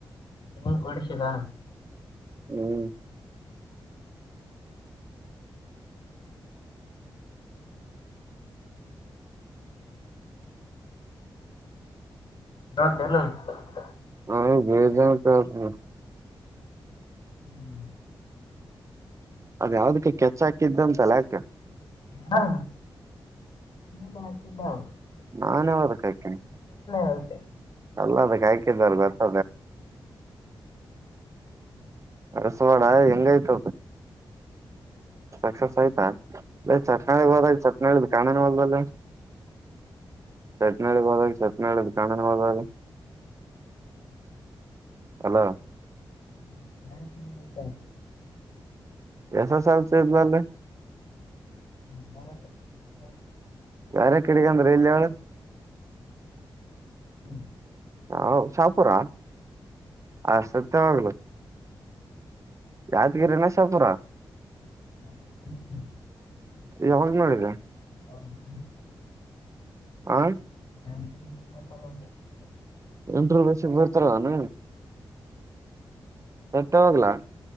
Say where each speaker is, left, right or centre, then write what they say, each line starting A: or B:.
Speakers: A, on the left (about 60°); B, on the right (about 35°).
A: ಮ ಕೊಡಿಸದಾ
B: ಹ್ಮ್.
A: <unintelligible>
B: ಹಾ ಬದ ಹ ಹ
A: ಹ್ಮ್.
B: ಅದು ಯಾವುದ್ಕೋ ಕೆಚ್ ಹಾಕಿದ್ದಂತಲ್ಲ ಯಾಕೆ.
A: ಹಾ. ದ <unintelligible>
B: ನಾನು ಯಾವದಕ್ ಹಾಕೀನಿ
A: ಹೇಳ್ತೆ
B: ಎಲ್ಲ ಅದಕ್ ಹಾಕಿದಾರ ಗತ್ತ. ಅರ್ಸ ಮಾಡಣ ಹೆಂಗೈತದ. ಸಕ್ಸಸ್ ಆಯ್ತಾ. ಚಟ್ನೋದ ಚಟ್ನ ಕಾಣ ಹಲ್ಬಲ್ಲ. ಚಟ್ನಾಳ್ಳಗ್ ಹೋದಾಗ ಚಟ್ನಾಳ್ಳ ಕಣನ ಹೋದಾಗ. ಹಲೋ.
A: ಹತ <unintelligible>
B: ಎಸ್ ಎಸ್ ಎಲ್ ಸಿ ಇದ್ನಲ್ಲೇ.
A: ಹ್ಮರ <unintelligible>
B: ಬೇರೆ ಕಡೆಗ ಅಂದ್ರೆ ಇಲ್ಲಿ ಹೇಳ
A: ಹ್ಮ್.
B: ಹಾ ಶಾಪುರ ಆ ಸತ್ಯವಾಗ್ಲು. ಯಾದಗಿರಿ ನಾ ಶಾಪುರ.
A: ಹ ಹ ಹ.
B: ಯಾವಾಗ ನೋಡಿದೆ.
A: ಅವ್ರ
B: ಆ.
A: <inaudible>
B: ಎಂಟ್ರಷ ಬರ್ತಾರಾನ ಸತ್ತವಾಗ್ಲ.